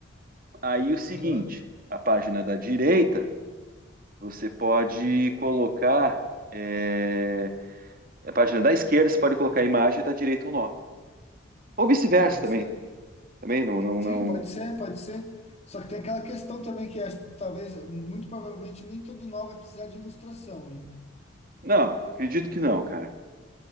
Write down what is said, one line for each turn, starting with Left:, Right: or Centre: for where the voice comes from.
Right: Aí o seguinte,
Left: Aham.
Right: a página da direita, você pode colocar... é, A página da esquerda, você pode colocar a imagem da direita o nó. Ou vice-versa
Left: Pode
Right: também.
Left: ser.
Right: Também não, não,
Left: Sim,
Right: não...
Left: pode ser, pode ser. Só que tem aquela questão também que acho que talvez, muito provavelmente, nem todo nó vai precisar de ilustração, né?
Right: Não, acredito que não, cara.